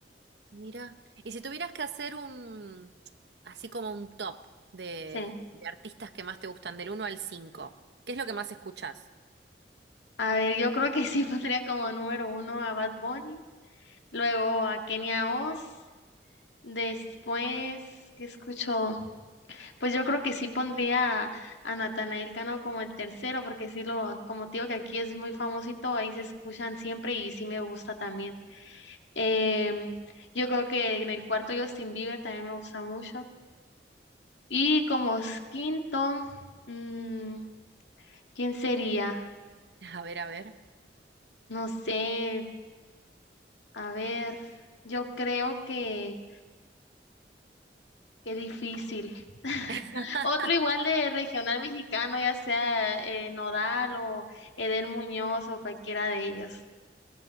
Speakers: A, on the right; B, on the left.
A: Mira, y si tuvieras que hacer un, así como un top de,
B: Sí.
A: de artistas que más te gustan, del uno al cinco, ¿qué es lo que más escuchás?
B: A ver, yo creo que <laughs> sí pondría como número uno a Bad Bunny, luego a Kenia Oz, después, ¿qué escucho? Pues yo creo que sí pondría a Natanael Cano como el tercero, porque sí lo, como te digo que aquí es muy famoso y todo, ahí se escuchan siempre y sí me gusta también. Em, yo creo que en el cuarto Justin Bieber también me gusta mucho. Y como s- quinto, mm, ¿quién sería?
A: <laughs> A ver, a ver.
B: No sé, a ver, yo creo que Qué difícil. <laughs>
A: <laughs>
B: Otro igual de regional mexicano, ya sea eh, Nodal o Edel Muñoz o cualquiera de ellos.